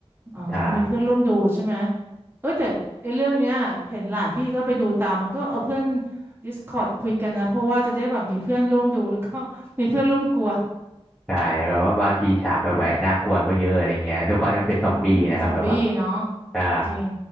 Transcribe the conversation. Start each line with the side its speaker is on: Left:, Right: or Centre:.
Right: อ๋อ
Centre: ใช่
Right: มีเพื่อนร่วมดูใช่ไหม เอ้ยแต่ไอ้เรื่องเนี้ยเห็นหลานพี่ก็ไปดูตามมันก็เอาเพื่อน Discord คุยกันนะเพราะว่าจะได้แบบมีเพื่อนร่วมดูแล้วก็ <laughs> มีเพื่อนร่วมกลัว
Centre: ใช่แบบว่าบางทีฉากแหวะๆน่ากลัวก็เยอะอะไรเงี้ยด้วยความที่มันเป็นซอมบี้นะครับแบบว่า
Right: อืมซอมบี้เนาะ
Centre: ใช่
Right: จริง